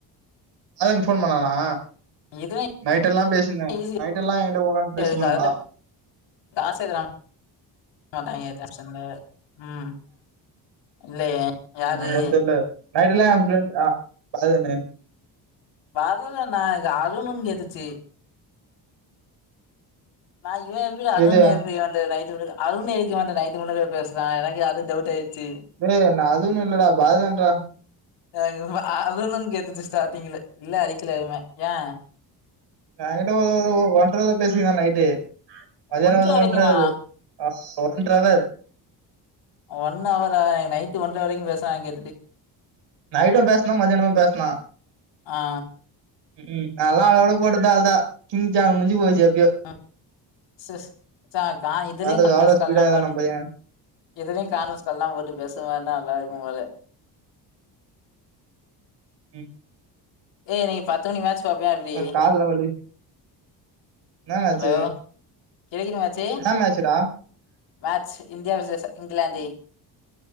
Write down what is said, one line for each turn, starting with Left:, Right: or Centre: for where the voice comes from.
Right: அதுக்கு ஃபோன் பண்ணானா
Left: இதுலா
Right: நைட ல்லா பேசினிருந்த
Left: ஈஸி
Right: நைட் எல்லா எய கிட்ட உக்காந்து பேசினிருந்தாடா
Left: அதுக்கு அதுல காசே தரமா மட்டாங்க <unintelligible> ம் இல்லயே யாரு
Right: என்னன்னு தெரியல. நைட் எல்லா எய ஃப்ரெண்ட் <unintelligible>
Left: <unintelligible> அருணு கேட்டுச்சு நா இவ எப்டி அதுன்னு
Right: எது
Left: எப்டி வந்து நைட் விடுக்க அருண் எதுக்கு இவட்ட நைட் முழுக்க பேசுறா எனக்கு அது டவுட் ஆயிடுச்சு
Right: ஏய் நா அருண் இல்லடா பரதன் டா
Left: எனக்கு அருனுன்னு கேட்டுச்சு ஸ்டார்டிங்ல இல்ல அடிக்கல எதுமே எய
Right: எய கிட்ட ஒரு ஒன்றரவர் பேசிகினா நைட்டு மத்தியான
Left: ஒன்ற
Right: ஒரு
Left: வரைக்குமா
Right: ஒன்றரவரு ஆ ஓன் ஒன்ற ஹவர்
Left: ஒன் அவரா இன்னிக்கு நைட் ஒன்ற வரைக்கு பேசுறா கேட்டுட்டு
Right: நைட்டு பேசுனா மதியானமு பேசுனா
Left: ஆ
Right: உம் அதல்லா அவளோட போட்ட தால் தா சிங் ஜா முடுஞ்சு போச்சு எப்பயோ
Left: ம் சிஸ் கா இதுலயு
Right: அது
Left: கான்பரன்ஸ்
Right: அவ்ளோ ஸ்பீடா
Left: கால்லா
Right: ஏறுனா
Left: போட்டு
Right: நம்ம பைய
Left: இதுலையு கார்னஸ் கால்லா போட்டு பேசுனா நல்லா இருக்கு போல
Right: ம்ம்
Left: ஏய் இன்னிக்கு பத்து மணிக்கு மேட்ச் பாப்பியா எப்டி
Right: கால்லா வலி என்னா மேட்ச்சு
Left: ஹலோ கிடைக்கணு மேச்சு
Right: என்னா மேட்ச்சுடா
Left: மேட்ச் இந்தியா வெசஸ் இங்கிலாந்து